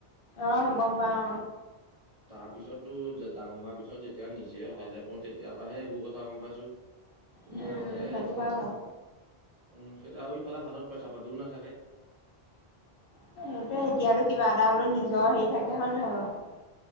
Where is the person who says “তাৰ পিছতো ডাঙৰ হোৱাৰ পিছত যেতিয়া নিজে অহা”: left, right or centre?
Right